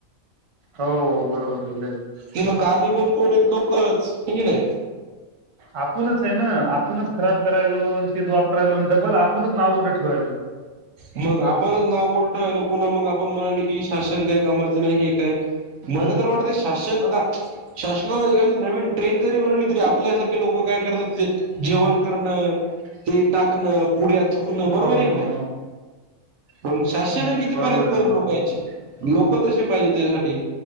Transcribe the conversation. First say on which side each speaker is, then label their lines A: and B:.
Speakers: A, on the right; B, on the right.
A: हो हो बरोबर हाय.
B: <unintelligible> कारणीभूत कोणी लोकच, होय की नाही?
A: आपणच आहे ना, आपणच खराब करायलो, अन तेच वापरायलो, आणि डबल आपणच नाव कुठं ठेवायलो.
B: मगं आपण नाव <unintelligible> ठेवायला. पुन्हा मंग आपण म्हणाले की शासन काय कामाचं नाही, हे काय. मला
A: हम्म.
B: तर वाटते शासन आता शासनानं एखादी नवीन ट्रेन जरी बनवली तरी आपल्यासारखे लोकं काय करतात तिथं जेवण करणं, ते टाकणं, पुड्या थुकणं, बरोबर
A: हो ना
B: आहे कि
A: हो
B: नाही?
A: ना
B: मंग शासन
A: हम्म
B: कितीपर्यंत
A: बरोबर आहे
B: करल
A: ना
B: लोकांची? लोक तशी पाहिजे त्यासाठी.